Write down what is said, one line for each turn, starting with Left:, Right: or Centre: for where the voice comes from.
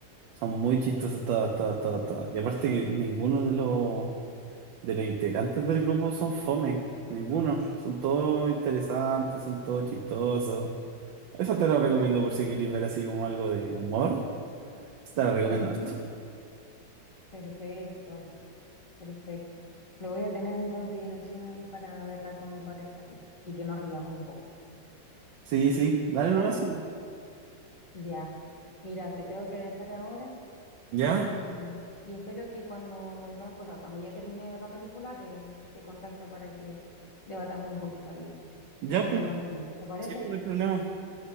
Right: Son muy chistosas todas, todas, todas, todas. Y aparte que ninguno de los De los integrantes del grupo son fome, ninguno. Son todos interesantes, son todos chistosos. Esa te la recomiendo por si queréis ver así como algo de humor. Te la recomiendo
Left: Ujú.
Right: harto.
Left: Perfecto. Perfecto. Lo voy a tener en consideración ahí para verla con mi pareja y, y que nos riamos un poco.
Right: Sí, sí, dale
Left: ¿Ya?
Right: nomás. sí.
Left: Ya. Mira, te tengo que dejar ahora
Right: ¿Ya?
Left: y, y espero que cuando volvamos, o sea, cuando ya termine de ver la película, te, te contacto para que debatamos un poquito ahí
Right: ¿Ya,
Left: sobre
Right: pues?
Left: el contenido. ¿Te parece?
Right: Sí, pues no hay problema.